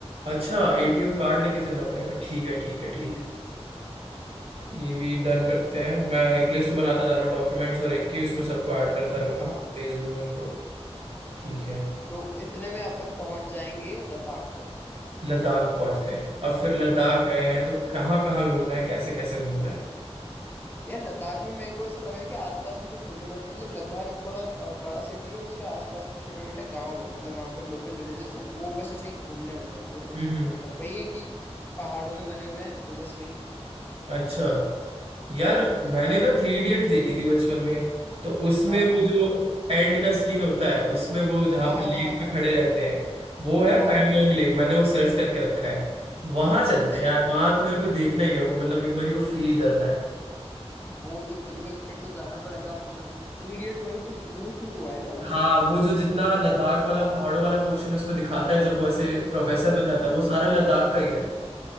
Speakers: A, on the right; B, on the left.
A: अच्छा एटीएम कार्ड लेके चलना पड़ेगा ठीक है ठीक है
B: हम्म
A: ठीक ये भी डन करते हैं मैं एक लिस्ट बनाता जा रहा हूँ डॉक्यूमेंट्स और इनकी उसमें सबको ऐड करता रहूंगा
B: हाँ
A: भेज दूंगा इनको ठीक है
B: तो इतने में अपन पहुंच जाएंगे लद्दाख तक
A: लद्दाख पहुंच गए अब फिर लद्दाख
B: बिल्कुल
A: गए हैं तो कहाँ कहाँ घूमना है कैसे कैसे घूमना है
B: यार लद्दाख में मेरे को ऐसा लगा है कि आसपास के जो छोटे मोटे मतलब लद्दाख एक थोड़ा अ, बड़ा सिटी है और उसके आसपास में छोटे मोटे गांव है मतलब वहां पर लोकल विलेजेस हैं वो बस ऐसे ही घूमने होते हैं और कुछ
A: हम्म
B: नहीं
A: हम्म,
B: है मतलब
A: हम्म।
B: वही है कि पहाड़ों में बने हुए हैं तो बस वही
A: अच्छा यार
B: हम्म
A: मैंने ना थ्री इडियट्स देखी थी बचपन में तो उसमें
B: हाँ हाँ
A: वो जो एंड का सीन होता है उसमें वो जहाँ
B: हाँ हाँ
A: पे लेक
B: हाँ हाँ हाँ
A: पे खड़े
B: हाँ
A: रहते हैं वो है
B: हाँ
A: पैंगोंग
B: हाँ हाँ
A: लेक मैंने वो सर्च करके रखा है वहां चलते
B: अच्छा
A: हैं यार वहां तो मेरे को देखना ही है वो मतलब एक बार ही वो फील करना है
B: वो तो बिल्कुल फिर तो जाना पड़ेगा अब तुमने थ्री इडियट्स वहीं पे वहीं शूट हुआ है ना वो वाला
A: हाँ
B: scene?
A: वो जो जितना लद्दाख वाला पहाड़ों वाला पोर्शन उसमें दिखाता है जब वो ऐसे प्रोफेसर
B: अच्छा
A: बन जाता है वो
B: अच्छा
A: सारा लद्दाख
B: अच्छा
A: का ही है